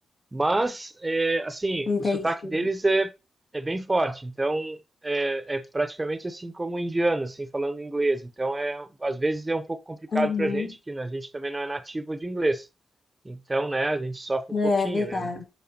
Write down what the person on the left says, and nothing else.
entendi.
Uhum.
É
é verdade,